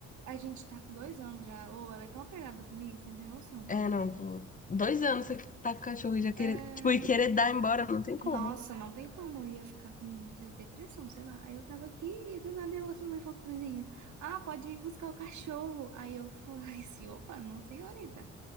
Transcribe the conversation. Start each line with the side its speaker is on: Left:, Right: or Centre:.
Right: a gente tá com dois anos já. Ou ela é tão apegada comigo, você não tem noção, mano.
Left: É, não, pô. Dois anos você tá com o cachorro e já querer...
Right: É,
Left: Tipo, e querer dar embora, não tem como.
Right: Nossa, não tem como, eu ia ficar com de- depressão, sei lá. Aí eu tava aqui e do nada eu ouço minha mãe falando pro vizinho: Ah, pode vir buscar o cachorro. Aí eu falei <laughs> assim: opa, não, senhorita.